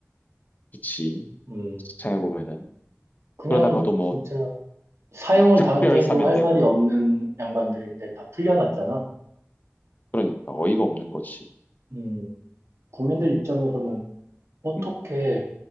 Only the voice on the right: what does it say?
음,
그냥
진짜 사형을
당해도
할 말이 없는 양반들인데 다 풀려났잖아.
음, 국민들 입장에서는 어떻게